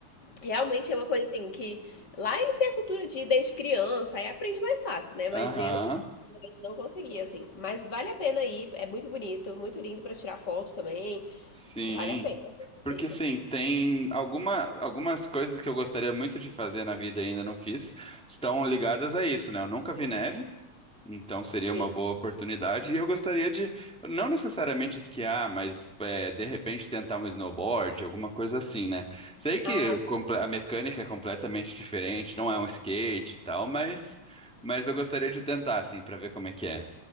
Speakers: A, on the left; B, in the centre.
A: Realmente é uma coisa assim que lá eles têm a cultura de ir desde criança, aí aprende mais fácil, né? Mas
B: Aham.
A: eu não consegui, assim. Mas vale a pena ir, é muito bonito, muito lindo pra tirar foto também.
B: Sim.
A: Vale a pena, com certeza.
B: Porque assim, tem alguma, algumas coisas que eu gostaria muito de fazer na vida e ainda não fiz, estão ligadas a isso, né? Eu nunca vi neve. Então seria
A: Sim.
B: uma boa oportunidade e eu gostaria de, não necessariamente esquiar, mas é, de repente tentar um snowboard, alguma coisa assim, né? Sei que
A: Ah,
B: o comple- a mecânica é completamente diferente, não é um skate e tal, mas, mas eu gostaria de tentar, assim, para ver como é que é.